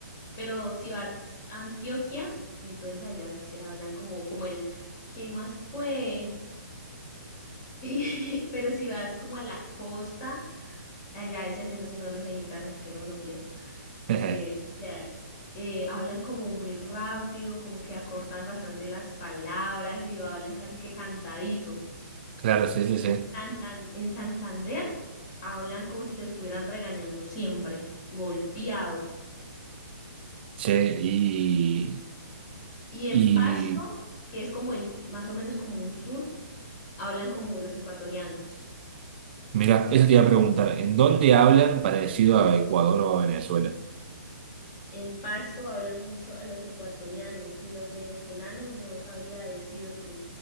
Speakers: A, on the left; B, on the right.
A: Pero si vas a Antioquia, entonces allá sí te hablan como, como el, ¿qué más pues? <laughs> Y- pero si vas como a la costa, allá ese acento sí no lo sé imitar, así que no me lo pidas porque,
B: <laughs>
A: o sea, eh, hablan como muy rápido, como que acortan bastante las palabras y lo hablan casi que cantadito.
B: Claro, sí, sí,
A: En
B: sí.
A: Santan- en Santander hablan como si te estuvieran regañando siempre, golpeado.
B: Sí, y,
A: Y, y en
B: y
A: Pasto, que es como el, más o menos como un sur, hablan como los ecuatorianos.
B: mira, eso te iba a preguntar, ¿en dónde hablan parecido a Ecuador o a Venezuela?
A: En Pasto hablan mucho a los ecuatorianos y los venezolanos no sabría decirte.